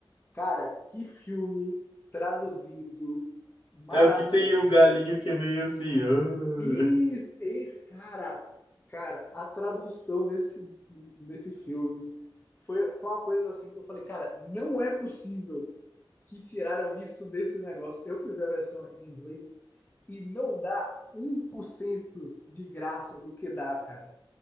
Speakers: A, on the left; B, on the left.
A: Cara, que filme traduzido maravilhoso.
B: é o que tem o galinho que é meio assim. "Ah".
A: Isso, esse cara, cara, a tradução nesse, nesse filme foi, foi uma coisa assim que eu falei, cara, não é possível que tiraram isso desse negócio. Eu fui ver a versão em inglês e não dá um por cento de graça do que dá, cara.